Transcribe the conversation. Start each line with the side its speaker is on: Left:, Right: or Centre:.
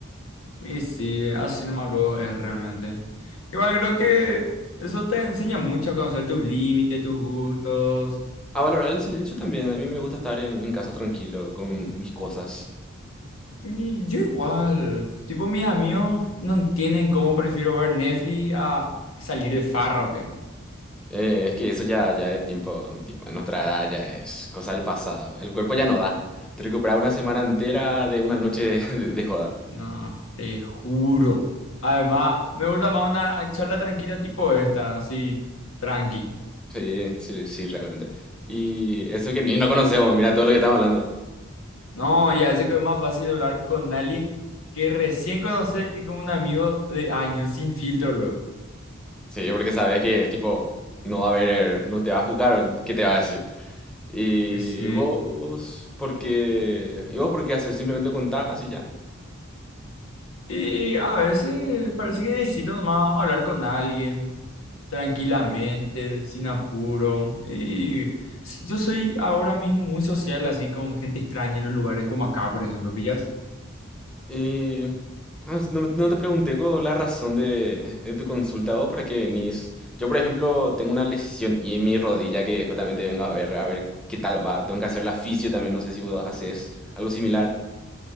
Left: Y sí, así nomás luego es realmente. Igual creo que eso te enseña mucho a conocer tus límites, tus gustos.
Centre: A valorar el silencio también, a mí me gusta estar en, en casa tranquilo, con mis cosas.
Left: Y yo igual. Tipo, mis amigos no entienden cómo prefiero ver Netflix a que salir de farra o qué.
Centre: Eh, es que eso ya, ya es tiempo, tipo, a nuestra edad ya es cosa del pasado, el cuerpo ya no da. Te recuperar una semana entera de una noche <laughs> de de joda.
Left: No, te juro. Además, me gusta más una charla tranquila tipo esta, así, tranqui.
Centre: Sí, sí, sí, realmente. Y eso que ni no conocemos, mira todo lo que estamos hablando.
Left: No, ya sé que es más fácil hablar con alguien que recién conoce que con un amigo de años, sin filtro luego.
Centre: Sí, porque sabes que, tipo, no va a haber, no te va a juzgar, o ¿qué te va a decir? Y
Left: Y sí.
Centre: vos, ¿por qué? y vos, ¿por qué haces? Simplemente contás y ya.
Left: Y a veces parece que necesito nomás hablar con alguien tranquilamente, sin apuro. Y s- yo soy ahora mismo muy social, así con gente extraña en los lugares como acá, por ejemplo, ¿pillas?
Centre: Y ah, s- no, no te pregunté con la razón de, de tu consulta, vos, ¿para qué venís? Yo, por ejemplo, tengo una lesión y en mi rodilla que justamente vengo a ver, a ver qué tal va. Tengo que hacer la fisio también, no sé si vos haces algo similar.